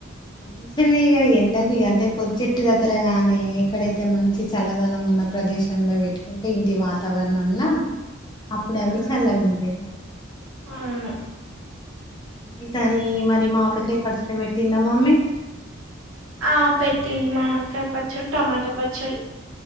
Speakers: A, on the left; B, on the right.
A: కొంచం ఇగా ఎండకు అంటే పొత్ చెట్టు దగ్గర గాని ఎక్కడైతే మంచి చల్లదనంగా ఉన్న ప్ర ప్రదేశంంల పెట్టుకుంటే ఇంటి వాతావరణంలా అప్పుడు
B: మ్
A: అవి చల్లగా ఉంటాయి
B: అవును
A: ఈసారి మరి మామిడికాయి పచ్చడి పెట్టిందా మమ్మీ
B: ఆ పెట్టింది మామడికాయ పచ్చడి టమాటా పచ్చడి